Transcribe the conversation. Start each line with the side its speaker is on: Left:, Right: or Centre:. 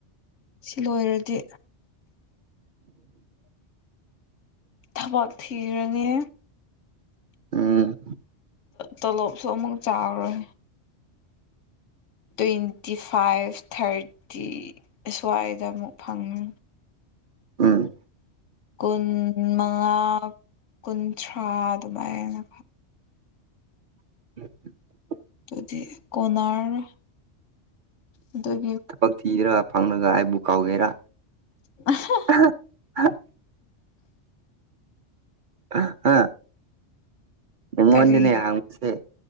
Left: ꯁꯤ ꯂꯣꯏꯔꯗꯤ ꯊꯕꯛ ꯊꯤꯔꯅꯤ
Right: ꯎꯝ
Left: ꯇꯣꯂꯣꯞ ꯁꯨ ꯑꯃꯨꯛ ꯆꯥꯎꯔꯣꯏ ꯇ꯭ꯋꯦꯟꯇꯤ ꯐꯥꯏꯚ ꯊꯥꯔꯇꯤ ꯁꯋꯥꯏꯗ ꯑꯃꯨꯛ ꯐꯪꯉꯤ
Right: ꯎꯝ
Left: ꯀꯨꯟ ꯃꯉꯥ ꯀꯨꯟꯊ꯭ꯔꯥ ꯑꯗꯨꯃꯥꯏꯅ
Right: <unintelligible>
Left: ꯑꯗꯨꯗꯤ ꯀꯣꯟꯅꯔꯅꯤ ꯑꯗꯨꯒꯤ
Right: ꯊꯕꯛ ꯊꯤꯔꯒ ꯐꯪꯉꯒ ꯑꯩꯕꯨ ꯀꯥꯎꯒꯦꯔ
Left: <unintelligible>
Right: <unintelligible> ꯍꯥ ꯅꯪꯉꯣꯟꯗꯅꯦ
Left: ꯀꯔꯤ
Right: ꯍꯥꯡꯕꯁꯦ